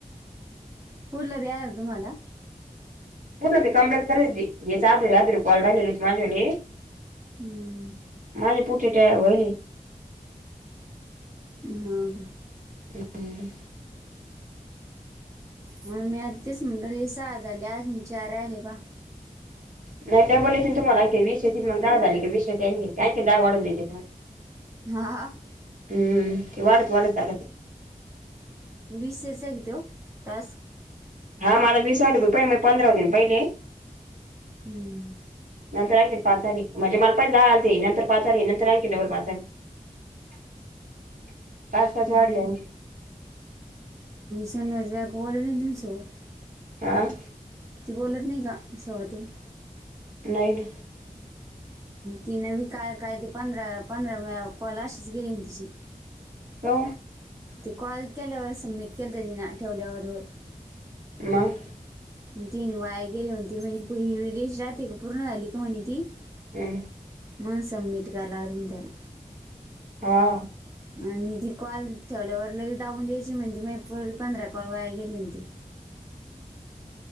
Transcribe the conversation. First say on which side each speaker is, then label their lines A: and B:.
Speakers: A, on the right; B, on the right.
A: पूर्लं व्या तुम्हाला
B: मुर्लं भ कंप्ं करयच यारॉल रालेललीच माझली <unintelligible>
A: हम्म
B: माझली पुठे टॅयर होईलली
A: हा हा
B: हम् <unintelligible>
A: मी आता तेच म्हणटले सहाज झाले आंचार राहिले बा
B: नाही का बोललेत तुम्हा वीसशेती मग दहा झाली काी वीस शे आणखी दहा वाढून द्याय
A: हा हा
B: हम्म वाढत वाढत आढत
A: बीस सेचा एक देऊ तास
B: हा मला विसाले ब पहि मी पंधरा दिन पहिले
A: हम्म
B: नंतर आणखी पाच आली म्हणजे मला पहि दहा आलते नंतर पाच आली नंतर आणखी डबल पाच झाली <unintelligible> पाच पाच
A: हम
B: वाढले आणखी
A: सन वाज बग वलेन तनसो <unintelligible>
B: ह
A: ती बोलत नाही ग शवती
B: नाईन <unintelligible>
A: तिनं मी काय काय ते पंधरा पंधरा कॉल अशीच गेली ना तिची
B: हो <unintelligible>
A: त कॉल केल्यावर सबमिट केलं तरी ना ठेवल्यावर
B: मग
A: आणि ती आणि वायर गेल होो ती म्ह म प हि रेस राात को पूर्ण झाली हो म्ह ती <unintelligible>
B: हम् <unintelligible>
A: म्हण सब्ममीट कराला त त्याला
B: हा
A: आणि मी ती कॉल ठेवल्यावर लग जाऊून द्यायची म्हणते मग प पंधरा कॉल वाया गेली होणती